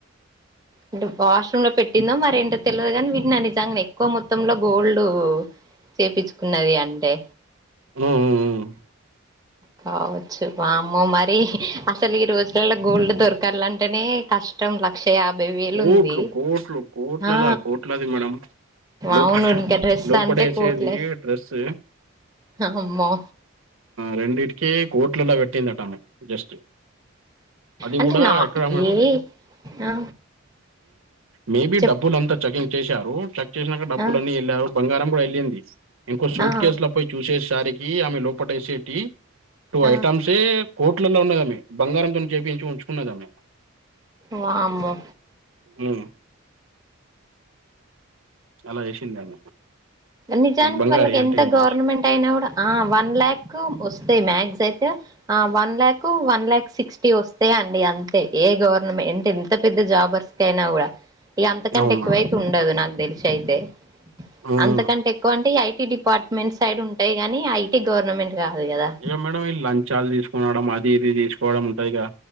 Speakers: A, on the right; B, on the right.
A: అంటే వాష్‌రూమ్ లో పెట్టిందో మరెంటో తెలియదు కాని వీన్న నిజంగనే ఎక్కువ మొత్తంలో గోల్డ్ చేపిచుకున్నది అంటే
B: ఉమ్ ఉ
A: కావొచ్చు వామ్మె మరి అసలు ఈ రోజులలో గోల్డ్ దొరకాలంటేనే కష్ కష్టం లక్ష యాభై వేలు
B: కోట్లు
A: ఉంది
B: కోట్లు కోట్లలా
A: ఆ
B: కోట్లది మేడం లోప
A: అవును గా డ్రెస్
B: లోపడేసేది
A: అంటే కోట్లే
B: డ్రెస్
A: అమ్మో
B: రెండింటికి కోట్లలా పెట్టిందట అమె జస్ట్ అది
A: అంటే
B: కూడా
A: నా
B: ఎక్కడ
A: ఏ ఆ
B: మేబి
A: చెప్
B: డబ్బులంతా చెకింగ్ చేశారు చె చేసినాంక డబ్బులు
A: ఆ
B: అని వెళ్లారు బంగారం కూడా వెళ్ళింది ఇంకో సూట్
A: ఆ
B: కేసుల పోయి చూసేసరికి ఆమె లోపట వేసేటియ్ టూ
A: ఆ
B: ఐటమ్స్ ఏ కోట్లలో ఉన్నదమ్మె బంగారంతో చేపించి ఉంచుకున్నదమె
A: వామ్మో
B: ఉ అలా చేసింది ఆమె
A: నిజానికి
B: బంగారి
A: వాళ్ళకి
B: అంటే
A: ఎంత
B: ఏంది
A: గవర్నమెంట్ అయినా కూడా ఆ వన్ ల్యాక్ వస్తాయి మ్యాక్జ్ అయితే ఆ one lakh one lakh sixty వస్తాయి అండి అంతే ఏ గవర్నమెంట్ అంటే ఎంత పెద్ద జాబర్ తెనా కూడా ఇక అంతకంటే
B: అవును
A: ఎక్కువైతే ఉండదు నాకు తెలిసి అయితే
B: మేడం
A: అంతకంటే
B: మ్
A: ఎక్కువ అంటే ఐటీ డిపార్ట్మెంట్ సైడ్ ఉంటాయి గాని ఐటీ గవర్నమెంట్ కాదు కదా
B: ఇక మేడం లంచాలు తీసుకునడం అది ఇది తీసుకోవడం ఉంటాయిగా